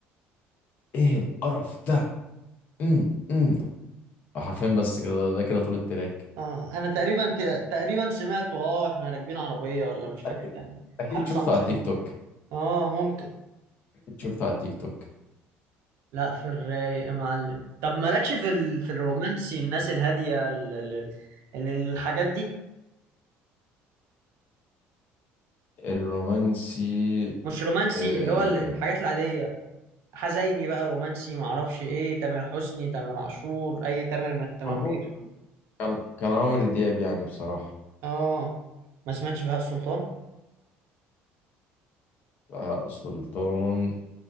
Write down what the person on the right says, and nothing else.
اه انا تقريبا تقريبا سمعته اه احنا راكبين عربيه ولا مش فاكر
كان
حد صاحبي
سمعه
اه ممكن
لا في الرايق يا معلم طب مالكش في ال... في الرومانسي الناس الهادية ال... ال... ال- الحاجات دي
مش رومانسي
اللي هو ال- الحاجات العادية حزيني بقى رومانسي معرفش ايه تامر حسني تامر عاشور اي تامر من التمامير
اه ما سمعتش بهاء سلطان